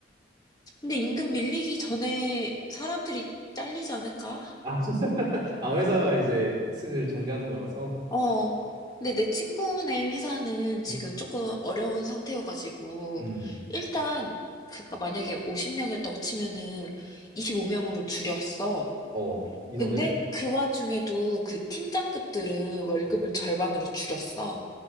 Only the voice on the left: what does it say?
근데 임금 밀리기 전에 사람들이 잘리지 않을까?
어, 근데 내 친구네 회사는 지금
조금 어려운 상태여가지고,
일단, 그니까 만약에 50명이었다고 치면은 25명으로 줄였어.
근데 그 와중에도 그 팀장급들은 월급을
절반으로 줄였어.